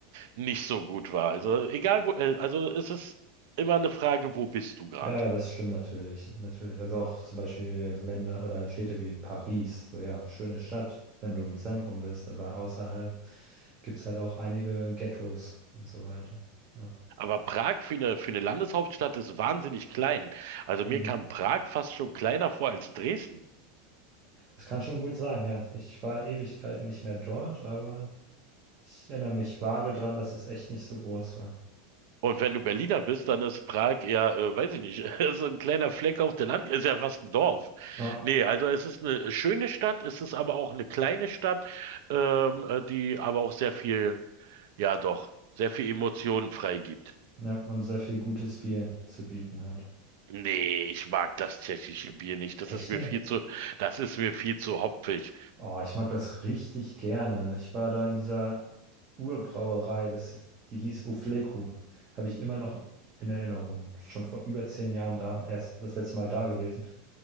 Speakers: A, on the right (about 55°); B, on the right (about 25°).
A: nicht so gut war. Also egal wo, äh, also es ist immer eine Frage, wo bist du gerade?
B: Ja, das stimmt natürlich, natürlich. Also auch zum Beispiel Länder oder Städte wie Paris. So ja, schöne Stadt, wenn du im Zentrum bist, aber außerhalb gibt es halt auch einige Ghettos und so weiter. Ja.
A: Aber Prag für eine, für eine Landeshauptstadt ist wahnsinnig klein. Also
B: Mhm.
A: mir kam Prag fast schon kleiner vor als Dresden.
B: Das kann schon gut sein, ja. Ich war Ewigkeiten nicht mehr dort, aber ich erinnere mich vage dran, dass es echt nicht so groß war.
A: Und wenn du Berliner bist, dann ist Prag eher, äh, weiß ich nicht, <laughs> so ein kleiner Fleck auf der Land, ist ja fast ein Dorf.
B: Ja,
A: Nee, also es ist eine schöne Stadt, es ist aber auch eine kleine Stadt, ähm, äh, die aber auch sehr viel, ja doch, sehr viel Emotionen freigibt.
B: ja, und sehr viel gutes Bier zu bieten hat.
A: Nee, ich mag das tschechische Bier nicht. Das
B: Echt
A: ist mir
B: nicht?
A: viel zu, das ist mir viel zu hopfig.
B: Oh, ich mag das richtig gerne. Ich war da in dieser Urbrauerei, das, hieß- die hieß Ufleku. Habe ich immer noch in Erinnerung. Schon vor über zehn Jahren da, erst das letzte Mal da gewesen.